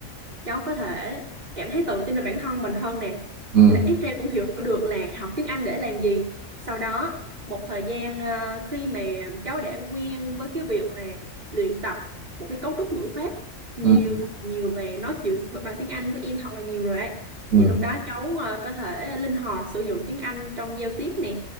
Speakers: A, on the right (about 30°); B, on the right (about 80°).
A: cháu có thể cảm thấy tự tin về bản thân mình hơn nè
B: ừ,
A: là ít ra cũng hiểu được là học tiếng Anh để làm gì sau đó một thời gian ờ, khi mà cháu đã quen với cái việc là luyện tập một cái cấu trúc ngữ pháp nhiều
B: ừ,
A: thật nhiều về nói chuyện bằng tiếng Anh với em thật là nhiều rồi ấy
B: ừ,
A: thì
B: ừ,
A: lúc đó cháu ờ, có thể linh hoạt sử dụng tiếng Anh trong giao tiếp nè